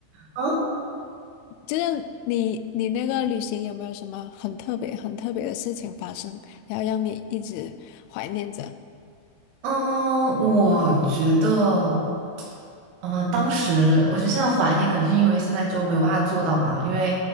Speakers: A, on the right; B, on the left.
A: 啊？
B: 就是你，你那个旅行有没有什么很特别、很特别的事情发生，然后让你一直怀念着？
A: 嗯，我觉得，嗯，当时我觉得现在怀念，可能是因为现在就没有办法做到嘛，因为